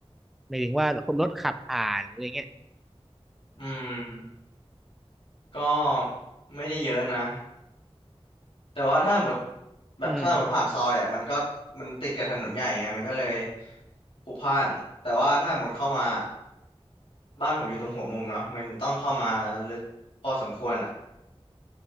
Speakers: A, in the centre; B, on the left (about 60°).
A: หมายถึงว่าคนรถขับผ่านหรืออะไรเงี้ย
B: อืมก็ไม่ได้เยอะนะ แต่ว่าถ้าหมดแบบถ้าหมดผ่านซอยอ่ะมันก็มันติดกับถนนใหญ่ไงมันก็เลย
A: อืม
B: พลุกพล่านแต่ว่าถ้าหมดเข้ามาบ้านผมอยู่ตรงหัวมุมเนาะมันต้องเข้ามาลึกพอสมควรอ่ะ